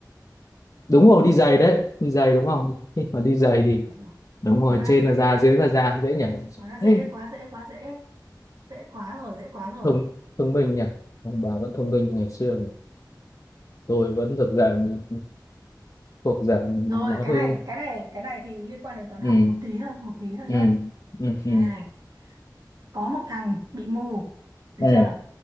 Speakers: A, on the left; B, on the right.
A: đúng rồi đi giày đấy đi giày đúng không nhưng mà đi giày
B: Ừm,
A: thì
B: giời,
A: đúng rồi
B: quá
A: trên
B: dễ
A: là da dưới là da dễ nhỉ
B: quá
A: Ê,
B: dễ quá dễ quá dễ dễ quá rồi dễ quá rồi
A: thông thông minh nhỉ ông bà vẫn thông minh như ngày xưa rồi. tôi vẫn thực dạng thuộc dạng
B: Rồi
A: nói
B: cái
A: hơi
B: này cái này cái này thì liên quan đến toán
A: ừ
B: học một tí thôi, một tí thôi
A: ừ
B: nhá.
A: ừ
B: Này,
A: ừ
B: có một thằng bị mù, được
A: ừ
B: chưa?